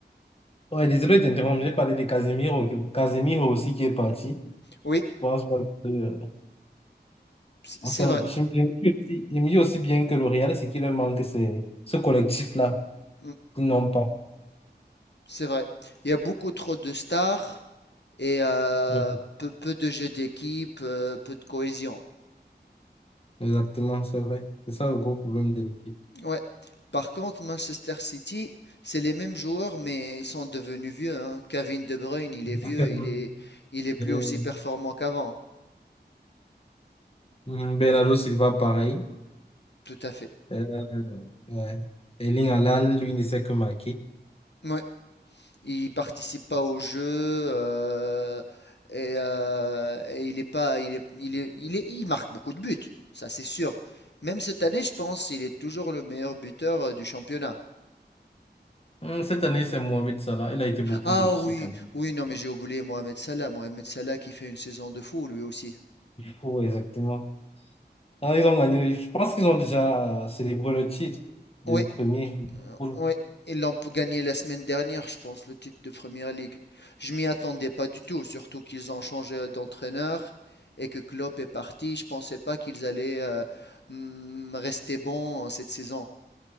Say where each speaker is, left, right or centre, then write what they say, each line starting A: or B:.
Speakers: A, on the left; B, on the left.
A: Ouais, désolé d'interrompre, j'ai parlé de Casemiro, Casemiro aussi qui est parti.
B: Oui,
A: Je pense pas que, euh,
B: c-
A: enfin,
B: c'est vrai.
A: je je me dis aussi, je me dis aussi bien que le Real, ce qui leur manque, c'est ce collectif-là.
B: Mm,
A: Ils n'ont pas.
B: C'est vrai. Il y a beaucoup trop de stars et euh,
A: Mm.
B: peu, peu de jeux d'équipe, euh, peu de cohésion.
A: Exactement, c'est vrai. C'est ça
B: Mm,
A: le gros problème de l'équipe.
B: Ouais. Par contre, Manchester City, c'est les mêmes joueurs, mais ils sont devenus vieux, hein. Kevin De Bruyne, il est vieux,
A: <laughs>
B: il est, il est plus
A: Euh,
B: aussi performant qu'avant.
A: mhm, Bernardo Silva, pareil.
B: Tout à fait.
A: Euh, ouais. Erling Haaland, lui, ne sait que marquer.
B: Ouais. Il participe pas au jeu euh, et, euh, et il est pas, il est, il est, il est- il marque beaucoup de buts, ça c'est sûr. Même cette année, je pense, il est toujours le meilleur buteur euh, du championnat.
A: Hum, <laughs> Cette année, c'est Mohamed Salah. Il a été beaucoup
B: Ah
A: blessé
B: oui,
A: quand même.
B: oui, non, mais j'ai oublié Mohamed Salah. Mohamed Salah qui fait une saison de fou, lui aussi.
A: Il faut, exactement. Ah, ils ont gagné. Je pense qu'ils ont déjà euh, célébré le titre de
B: Oui,
A: premier. Liverpool.
B: Euh, Ouais, ils l'ont p- gagné la semaine dernière, je pense, le titre de Premier League. Je m'y attendais pas du tout, surtout qu'ils ont changé d'entraîneur et que Klopp est parti. Je pensais pas qu'ils allaient euh, mm, rester bons cette saison.